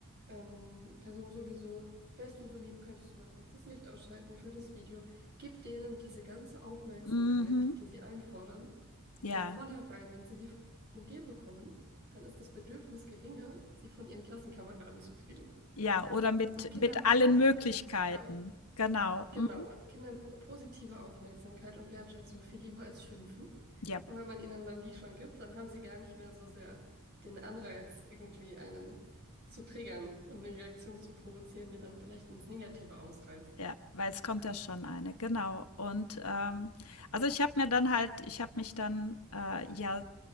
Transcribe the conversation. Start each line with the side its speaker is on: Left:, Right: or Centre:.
Right: ähm, Person sowieso, wärst du so lieb, könntest du mal kurz das Licht ausschalten für das Video. Gib denen diese ganze Aufmerksamkeit,
Left: Mhm.
Right: die sie einfordern,
Left: Ja,
Right: von vornherein, wenn sie sie von dir bekommen, dann ist das Bedürfnis geringer, sie von ihren Klassenkameraden zu kriegen.
Left: ja, oder mit
Right: Und Kinder
Left: mit
Right: mögen
Left: allen
Right: auch
Left: Möglichkeiten.
Right: positive
Left: Genau.
Right: Genau,
Left: Mhm.
Right: und Kinder mögen positive Aufmerksamkeit und Wertschätzung viel lieber als Schimpfen.
Left: Ja.
Right: Und wenn man ihnen dann die schon gibt, dann haben sie gar nicht mehr so sehr den Anreiz, irgendwie einen zu triggern und eine Reaktion zu provozieren, die dann vielleicht ins Negative ausreißt.
Left: Ja, weil es kommt ja schon eine, genau. Und ähm, also ich habe mir dann halt, ich habe mich dann äh, ja